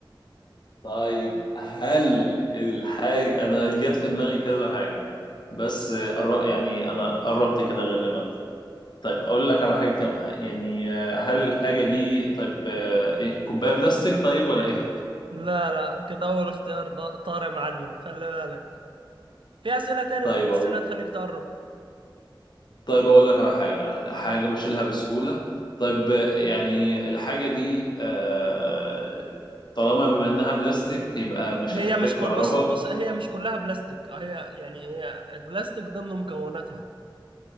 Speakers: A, on the left; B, on the right.
A: طيب هل الحاجة أنا جت في دماغي كذا حاجة بس آه، الر- يعني أنا قربت كده غالبا طيب أقول لك على حاجة كمان يعني آه، هل الحاجة دي طيب آه، إيه كوباية بلاستيك طيب ولا إيه
B: لا لا كده اول اختيار ض- طار يا معلم خلي بالك في اسئلة تاني
A: طيب
B: ممكن تسألها تخليك تقرب
A: طيب اقول لك على حاجه حاجه بشيلها بسهوله طيب يعني الحاجه دي آه، طالما بما انها بلاستيك يبقى مش
B: هي
A: هتحتاج
B: مش
A: كهرباء
B: كل بص بص هي مش كلها بلاستيك آه، هي يعني هي البلاستيك ضمن مكوناتها